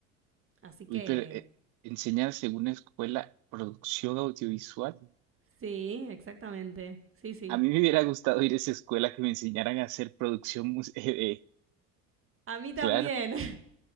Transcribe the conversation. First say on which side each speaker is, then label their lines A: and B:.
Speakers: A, on the right; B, on the right.
A: Así
B: Uy,
A: que
B: pero eh, enseñan según una escuela producción audiovisual.
A: sí, exactamente, sí, sí.
B: A mí me hubiera gustado ir a esa escuela que me enseñaran a hacer producción mus- <laughs> eh, eh,
A: A mí también.
B: claro,
A: <laughs>